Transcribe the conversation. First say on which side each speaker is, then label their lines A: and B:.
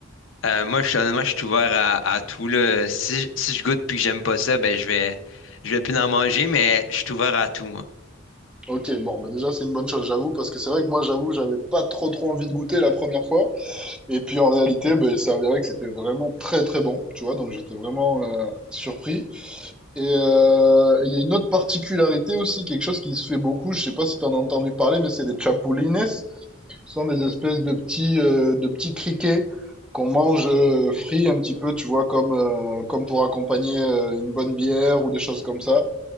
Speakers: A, on the left; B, in the centre.
A: Euh, moi, je suis, honnêtement, je suis ouvert à, à tout, là. Si, si je goûte puis que j'aime pas ça, ben, je vais, je vais plus en manger, mais je suis ouvert à tout, moi.
B: Ok, bon, bah déjà, c'est une bonne chose, j'avoue, parce que c'est vrai que moi, j'avoue, j'avais pas trop trop envie de goûter la première fois. Et puis en réalité, ben, il s'est que c'était vraiment très très bon, tu vois, donc j'étais vraiment euh, surpris. Et euh, il y a une autre particularité aussi, quelque chose qui se fait beaucoup, je sais pas si tu en as entendu parler, mais c'est les chapulines. Ce sont des espèces de petits, euh, de petits criquets qu'on mange euh, frits un petit peu, tu vois, comme, euh, comme pour accompagner euh, une bonne bière ou des choses comme ça.